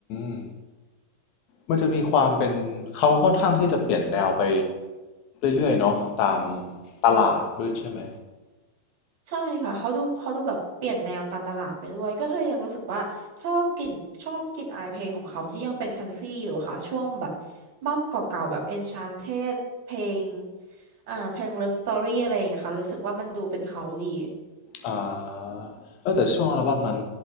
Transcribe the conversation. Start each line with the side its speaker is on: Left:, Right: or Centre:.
Left: มมันจะมีความเป็นเขาค่อนข้างที่จะเปลี่ยนแนวไปเรื่อยๆเนาะตามตลาดด้วยใช่ไหม
Right: ใช่ค่ะเขาดูเขาดูแบบเปลี่ยนแนวตามตลาดไปด้วยก็เลยยังรู้สึกว่าชอบกลิ่นชอบกลิ่นอายเพลงของเขาที่ยังเป็นคันทรีอยู่อะค่ะช่วงแบบบั้มเก่าๆแบบ Enchanted เพลงอ่าเพลง Love Story อะไรอย่างเงี้ยค่ะรู้สึกว่ามันดูเป็นเขาดี
Left: อ่าเออแต่ช่วงอัลบั้มนั้น